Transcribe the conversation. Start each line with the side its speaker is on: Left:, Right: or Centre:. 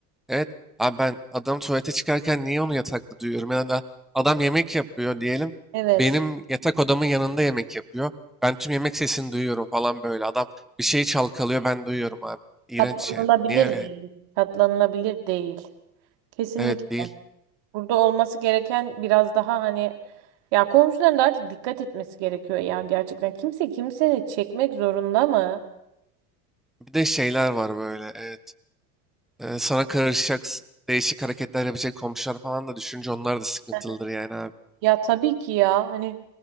Centre: Evet. Abi ben adam tuvalete çıkarken niye onu yatakta duyuyorum? Ya da adam yemek yapıyor diyelim.
Right: Evet.
Centre: Benim yatak odamın yanında yemek yapıyor. Ben tüm yemek sesini duyuyorum falan böyle. Adam bir şeyi çalkalıyor ben duyuyorum abi. İğrenç
Right: Katlanılabilir
Centre: yani. Niye yani?
Right: değil. Katlanılabilir değil. Kesinlikle.
Centre: Evet değil.
Right: Burada olması gereken biraz daha hani ya komşuların da artık dikkat etmesi gerekiyor ya gerçekten. Kimse kimseni çekmek zorunda mı?
Centre: Bir de şeyler var böyle evet. Ee, sana karışacak s- değişik hareketler yapacak komşular falan da düşünce onlar da sıkıntılıdır
Right: <laughs>
Centre: yani abi.
Right: Ya tabii ki ya hani